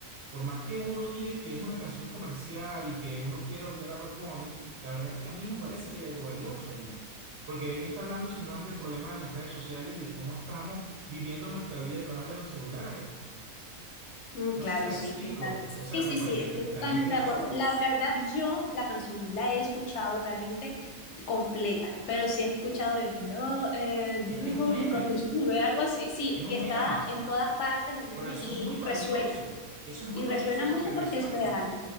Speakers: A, on the right (about 65°); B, on the left (about 65°).
A: Por más que uno diga que es una canción comercial y que uno quiera odiar a Bad Bunny, la verdad es que a mí me parece que hay algo valioso allí. Porque de qué está hablando si no es del problema de las redes sociales y de cómo estamos viviendo nuestra vida a través de los celulares.
B: Mm, claro,
A: No sé si me
B: sí,
A: explico.
B: total.
A: O sea,
B: Sí,
A: me
B: sí,
A: parece
B: sí, estoy
A: que dan
B: totalmente
A: el clavo.
B: de acuerdo. La verdad, yo la canción no la he escuchado realmente completa, pero sí he escuchado el, lo, eh, lo
A: Es
B: mejor
A: que es un meme.
B: nunca te sube, algo así. Sí,
A: Es un
B: y está
A: meme.
B: en todas partes el meme
A: Pero eso
B: y
A: es muy valioso.
B: resuena.
A: Eso es muy
B: Y
A: valioso
B: resuena
A: porque
B: mucho
A: resuena.
B: porque es real,